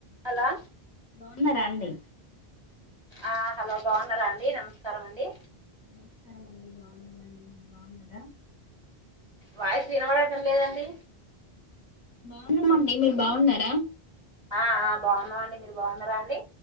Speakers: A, on the right (about 35°); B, on the left (about 50°).
A: హలా
B: బాగున్నారండి
A: ఆ హలో బాగున్నారా అండి నమస్కారం అండి
B: నమస్కారం అండి బాగున్నానండి మీరు బాగున్నారా
A: వాయిసు వినబడటం లేదండి
B: బాగున్నామండి మీరు బాగున్నారా
A: ఆ బాగున్నాండి మీరు బాగున్నారా అండి